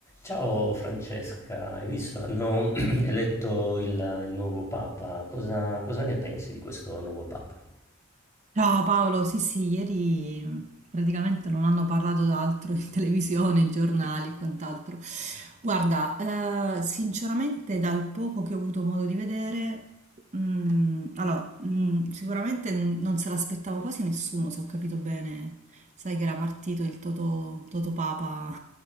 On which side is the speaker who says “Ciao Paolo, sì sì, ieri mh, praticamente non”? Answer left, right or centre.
Right